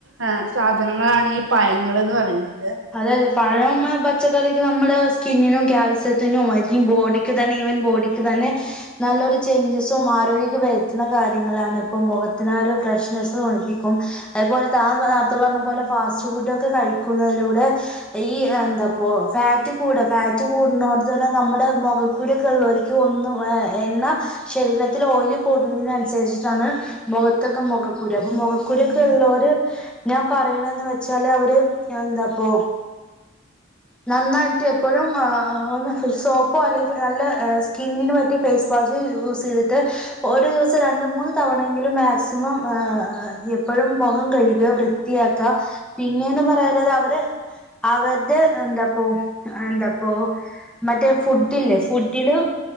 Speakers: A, on the right (about 70°); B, in the centre.
A: എ സാധനങ്ങളാണ് ഈ പായങ്ങന്ന് പറയുന്നത്
B: അതെ അതെ പഴം ഉം പച്ചക്കറിക്ക് നമ്മള് സ്കിന്നിനും കാൽസ്യത്തിനും ഐതിങ്ക് ബോഡിക്ക് തന്നെ ഈവൻ ബോഡിക്ക് തന്നെ നല്ലൊരു ചൈഞ്ചസും ആരോഗ്യക്കെ വരുത്തുന്ന കാര്യങ്ങളാണ് ഇപ്പം മൊഖത്തിനായാലും ഫ്രഷ്നെസ് തുണിപ്പിക്കും അതുപോലെ താ നേരത്തെ പറഞ്ഞ പോലെ ഫാസ്റ്റ് ഫുഡ് ഒക്കെ കഴിക്കുന്നതിലൂടെ ദ ഈ എന്താപ്പോ ഫാറ്റ് കൂട ഫാറ്റ് കൂടുന്നോട്ത്ത <unintelligible> തന്ന നമ്മടെ മൊഖക്കുരൊക്കെ ഇള്ളോ ൽക്ക് ഒന്നും എ എണ്ണ ശരീരത്തിൽ ഓയില് കൂടുന്നതിന നുസരിച്ചിട്ടാണ് മൊഖത്തൊക്കെ മൊഖക്കൂരു അപ്പൊ മുഖക്കുരൊക്കെ ഉള്ളോര് ഞാൻ പറയണന്ന് വെച്ചാല് അവര് എന്താ പ്പോ നന്നായിട്ട് എപ്പോഴും അ ഒന്ന് ഫി സോപ്പോ അല്ലെങ്കിൽ നല്ല സ്കിന്നിന് പറ്റി ഫേസ് വാഷ് യൂസ് ചെയ്തിട്ട് ഒരു ദിവസം രണ്ട മൂന്ന് തവണയെങ്കിലും മാക്സിമം ഏ എപ്പോഴും മുഖം കഴുക വൃത്തിയാക പിന്നെയന്ന് പറയലത് അവര് അവരുടെ എന്താപ്പ എന്താപ്പോ മറ്റേ ഫുഡില്ലേ ഫുഡില്